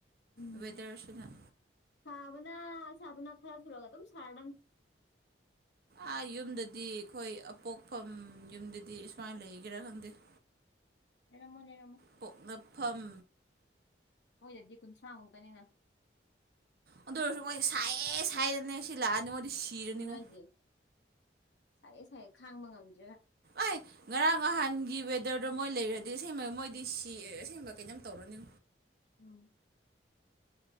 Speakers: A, on the left; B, on the right.
A: ꯎꯝ
B: ꯋꯦꯗꯔꯁꯤꯅ
A: ꯁꯥꯕꯅ ꯁꯥꯕꯅ ꯈꯔꯁꯨ ꯑꯗꯨꯨꯝ ꯁꯥꯔꯗꯝ
B: ꯑꯥ ꯌꯨꯝꯗꯗꯤ ꯑꯩꯈꯣꯏ ꯑꯄꯣꯛꯐꯝ ꯌꯨꯝꯗꯗꯤ ꯁꯨꯃꯥꯏꯅ ꯂꯩꯒꯦꯔꯥ ꯈꯪꯗꯦ <inaudible>
A: ꯂꯩꯔꯝꯃꯣꯏ ꯂꯩꯔꯝ
B: ꯄꯣꯛꯅꯐꯝ
A: ꯍꯣꯏꯗꯗꯤ ꯀꯨꯟꯊ꯭ꯔꯥ ꯃꯨꯛꯇꯅꯤꯅ
B: ꯑꯗꯨ ꯑꯣꯏꯔꯁꯨ ꯃꯣꯏꯗꯤ ꯁꯥꯏꯌꯦ ꯁꯥꯏꯌꯦꯗꯅꯦ ꯁꯤ ꯂꯥꯛꯑꯗꯤ ꯃꯣꯏꯗꯤ ꯁꯤꯔꯅꯤꯉꯣ
A: ꯑꯗꯨꯅ ꯑꯩꯁꯦ ꯁꯥꯏꯌꯦ ꯁꯥꯏꯌꯦ ꯈꯥꯡꯕ ꯉꯝꯗꯦ
B: ꯑꯩ ꯉꯔꯥꯡ ꯅꯍꯥꯟꯒꯤ ꯋꯦꯗꯔꯗꯣ ꯃꯣꯏ ꯂꯩꯔꯗꯤ ꯑꯗꯩ ꯑꯁꯦꯡꯕ ꯃꯣꯏꯗꯤ ꯁꯤ ꯑꯁꯦꯡꯕ ꯀꯩꯅꯣꯝ ꯇꯧꯔꯅꯤ
A: ꯎꯝ